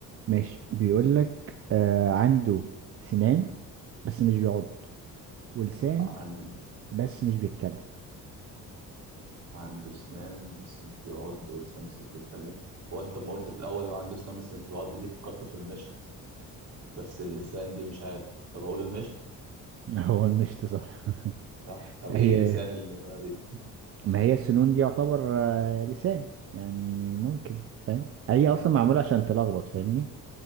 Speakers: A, on the right; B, on the right.
A: ماشي بيقول لك آه عنده سنان بس مش بيعض ولسان
B: عن
A: بس مش بيتكلم
B: عنده اسنان بس مش بيعض ولسان بس مش بيتكلم هو انت لما قلت في الاول لو عنده اسنان بس مش بيعض دي فكرت في المشط بس اللسان دي مش عارف طب اقول المشط
A: <laughs> هو المشط صح
B: صح طب
A: هي
B: ايه اللسان اللي ما بي...
A: ما هي السنون دي يعتبر آه لسان يعني ممكن فاهم هي
B: ممكن
A: اصلا معموله عشان تلخبط فاهمني